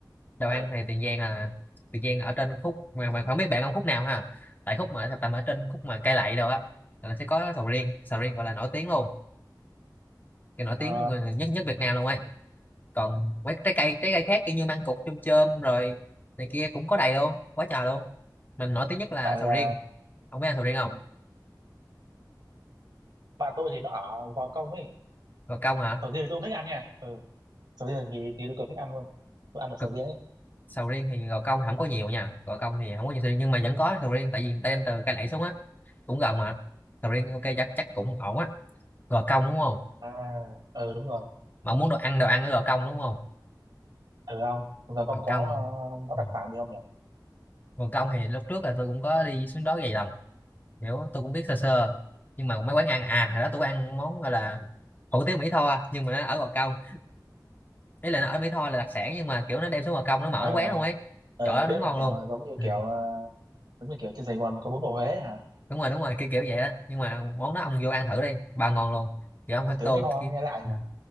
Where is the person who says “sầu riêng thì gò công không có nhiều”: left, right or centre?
Left